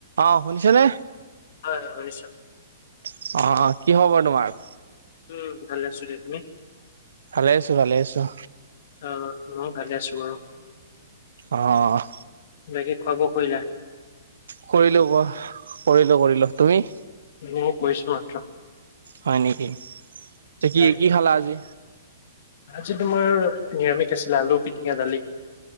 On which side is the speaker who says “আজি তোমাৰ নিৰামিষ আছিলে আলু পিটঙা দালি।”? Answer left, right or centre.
Left